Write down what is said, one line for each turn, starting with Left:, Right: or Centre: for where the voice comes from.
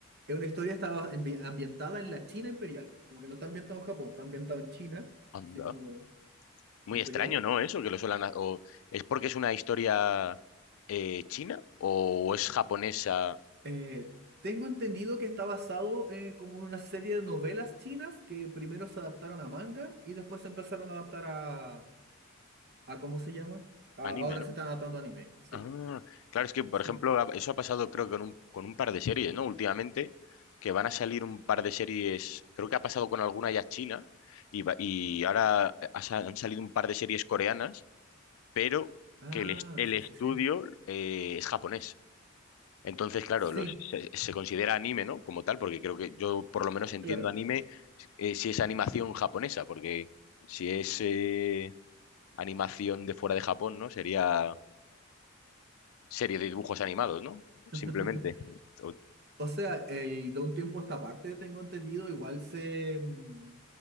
Right: es una historia estaba ambi- ambientada en la China imperial, como que no está ambientado en Japón, está ambientado en China,
Left: Anda.
Right: así como
Left: Muy
Right: imperial.
Left: extraño, ¿no? Eso, que lo suelan... ha- O, ¿es porque es una historia eh, china o es japonesa
Right: Eh, tengo entendido que está basado eh, como en una serie de novelas chinas que primero se adaptaron a manga y después se empezaron a adaptar a, a ¿cómo se llama? A-
Left: anime,
Right: ahora
Left: ¿no?
Right: se están adaptando a anime, sí,
Left: Ah, claro, es que, por
Right: sí.
Left: ejemplo, ha- eso ha pasado creo que con un, con un par de series, ¿no? Últimamente, que van a salir un par de series, creo que ha pasado con alguna ya china, y, va- y ahora eh, ha sa- han salido un par de series coreanas, pero
Right: Ah,
Left: que el, est- el
Right: sí,
Left: estudio
Right: sí, sí.
Left: eh, es japonés. Entonces, claro,
Right: Sí,
Left: los- se, se considera anime, ¿no? Como tal, porque creo que yo por lo menos entiendo
Right: claro.
Left: anime eh, si es animación japonesa, porque si es eh, animación de fuera de Japón, ¿no? Sería serie de dibujos animados, ¿no?
Right: <laughs>
Left: Simplemente. O,
Right: O sea, el, de un tiempo a esta parte, tengo entendido, igual se, mm,